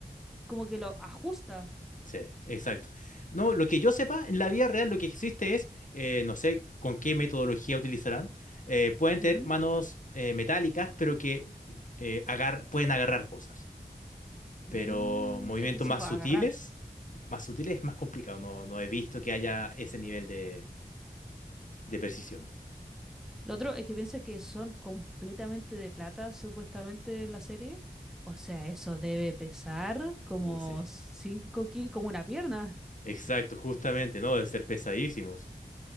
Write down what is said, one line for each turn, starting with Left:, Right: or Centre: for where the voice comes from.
Centre: como que lo ajusta.
Left: Sí, exacto. No, lo que yo sepa, en la vida real lo que existe es, eh, no sé con qué metodología utilizarán, eh, pueden
Centre: Ujú.
Left: tener manos eh, metálicas, pero que eh, agar- pueden agarrar cosas.
Centre: Mm,
Left: Pero movimientos
Centre: es que sí,
Left: más
Centre: pues
Left: sutiles,
Centre: agarrar.
Left: más sutiles es más complicado. No, no he visto que haya ese nivel de, de precisión.
Centre: Lo otro es que piensa que son completamente de plata, supuestamente, en la serie. O sea, eso debe pesar como
Left: Uh, sí.
Centre: 5 kilos, como una pierna.
Left: Exacto, justamente, ¿no? Deben ser pesadísimos.